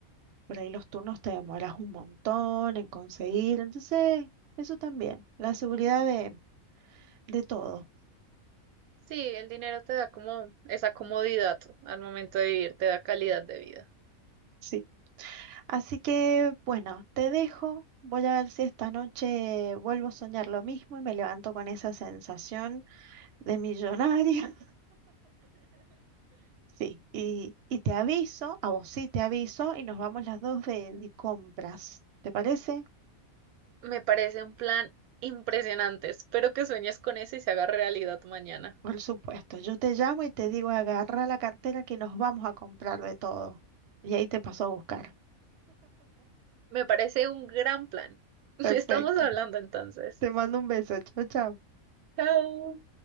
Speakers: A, on the right; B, on the right.
A: por ahí los turnos te demoras un montón en conseguir. Entonces, eso también, la seguridad de, de todo.
B: Sí, el dinero te da como esa comodidad al momento de vivir, te da calidad de vida.
A: Sí. Así que, bueno, te dejo. Voy a ver si esta noche vuelvo a soñar lo mismo y me levanto con esa sensación de millonaria. Sí, y, y te aviso, a vos sí te aviso, y nos vamos las dos de, de compras. ¿Te parece?
B: Me parece un plan impresionante. Espero que sueñes con eso y se haga realidad mañana.
A: Por supuesto, yo te llamo y te digo, agarra la cartera que nos vamos a comprar de todo. Y ahí te paso a buscar.
B: Me parece un gran plan. <laughs>
A: Perfecto.
B: Estamos hablando entonces.
A: Te mando un beso. Chao, chao.
B: Chao.